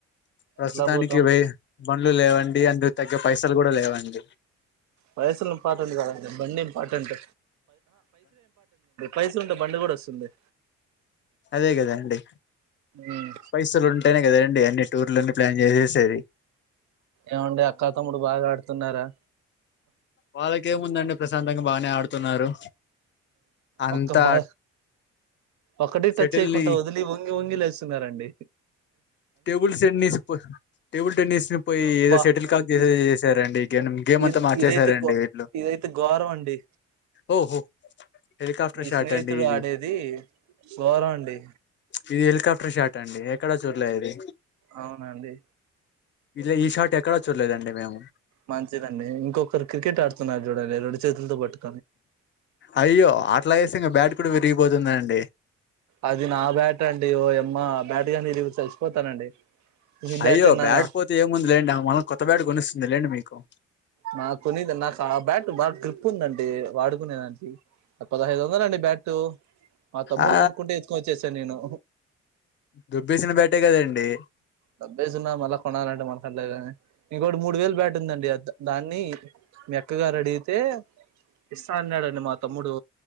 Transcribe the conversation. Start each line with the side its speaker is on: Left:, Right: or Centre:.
Left: ప్రస్తుతానికి
Right: ఎట్లా పోతాం
Left: ఇవి బండ్లు లేవండి అందుకు తగ్గ పైసలు కూడా లేవండి
Right: పైసలు ఇంపార్టెంట్ కాదండి బండి ఇంపార్టెంట్ పైసలు ఉంటే బండి కూడ వస్తుంది
Left: అదే కదా అండి
Right: ఉమ్
Left: పైసలు ఉం ఉంటేనే కదండి అన్ని టూర్లన్ని ప్లాన్ చేసేసేది
Right: ఏమండి అక్కా తమ్ముడు బాగా ఆడుతున్నారా
Left: వాళ్ళకేముందండి ప్రశాంతంగా బానే ఆడుతున్నారు అంత
Right: ఒక్క బా ఒకటి
Left: సెటిల్
Right: టచ్ చేయకుంటా
Left: ని
Right: వదిలి వంగి వంగి లే స్తున్నారండి
Left: టేబుల్ టెన్నిస్ పో టేబుల్ టెన్నిస్ ని పోయి ఏదో
Right: బా
Left: సెటిల్ కాక్ చే
Right: ఇ
Left: చేసారు గేనం గేమ్
Right: ఇది
Left: అంతా మార్చేసారండి
Right: ఇదైతే గో
Left: వీళ్ళు
Right: ఇదైతే ఘోరం అండి
Left: ఓహో హెలికాప్టర్
Right: మీ
Left: షాట్
Right: స్నేహితుడు
Left: అండి ఇది
Right: ఆడేది ఘోరం అండి
Left: ఇది హెలికాప్టర్ షాట్ అండి ఎక్కడ చూర్లే ఇది
Right: అవునండి
Left: ఇలా ఈ షార్ట్ ఎక్కడ చూడలేదండి మేము
Right: మంచిదండి ఇంకొకరు క్రికెట్ ఆడుతున్నారు చూడండి రెండు చేతులతో పట్టు
Left: అయ్యో అట్లా చేస్తే ఇంగ బ్యాట్ కూడా విరిగిపోతుందండి
Right: అది నా బ్యాట్ అండి ఓ యమ్మా బ్యాట్ గాని ఇరిగితే చచ్చిపోతానండి ఈ
Left: అయ్యో
Right: నాదా
Left: బ్యాట్ పోతే ఏముంది లేండి ఆమా కొత్త బ్యాట్ కొనిస్తుంది లేండి మీకు
Right: నా కొనీది నాకు ఆ బ్యాట్ బాగా గ్రిప్ ఉందండి వాడుకునేదానికి పదహైదు వందల అండి బ్యాట్ మా తమ్ముడు
Left: ఆ
Right: కొనుకుంటే ఎతుకొని వచ్చేశా నేను
Left: దొబ్బేసిన బ్యాటె కదండి
Right: దబ్బేసున్నా మళ్ళా కొనాలంటే మళ్ <unintelligible> ఇంకోటి మూడు వేలు బ్యాటుందండి దాన్ని మీ అక్కగారు అడిగితే ఇస్తా అన్నాడండి మా తమ్ముడు